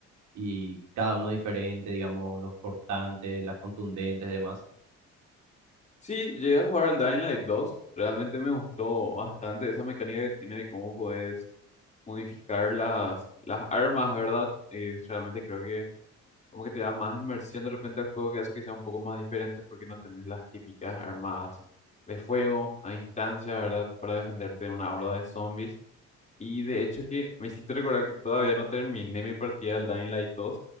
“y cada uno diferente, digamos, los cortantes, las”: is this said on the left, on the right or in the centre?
Right